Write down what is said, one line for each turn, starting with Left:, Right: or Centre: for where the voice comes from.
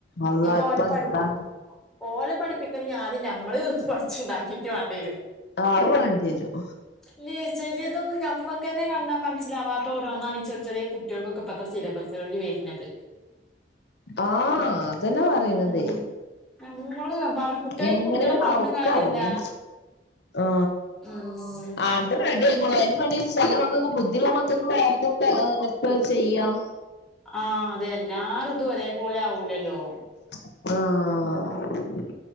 Left: അള്ളാ
Centre: ഇപ്പൊ ഓല്
Left: എന്താണ്
Centre: പഠി ഓലെ പഠിപ്പിക്കണെങ്കി ആ ദ് ഞമ്മള് പഠിച്ചുണ്ടാക്കീട്ടൂ വേണ്ടേനൂ
Left: ആവുവേണ്ടി വരും.
Centre: ഇല് ചെലെതൊന്നും ഞമ്മക്കന്നെ കണ്ടാ മനസ്സിലാവാത്ത ഓരോന്നാണ് ചെ ചെറിയ കു കുട്ടികൾക്കൊക്കെ ഇപ്പത്തെ സിലബസുകളില് വരുന്നത്.
Left: ആ അതന്നെ പറയണത്.
Centre: ഉം നമ്മള് പറ കുട്ടികളെ
Left: എങ്ങനെയാണാവോ
Centre: കുട്ടികളെ പറഞ്ഞിട്ടും
Left: ഒക്കെറിഞ്ഞ്
Centre: കാര്യല്ല
Left: ആ
Centre: ഉം
Left: ആട് റെഡിയായി മോളെ എന്നു പറഞ്ഞിച്ച് ചെല മക്കക്ക് ബുദ്ധിയുള്ള മക്കക്ക് വേഗമൊക്കെ എളുപ്പം ചെയ്യാം
Centre: ആ അതെല്ലാരേതും ഒരേപോലെ ആവൂലല്ലോ.
Left: ആ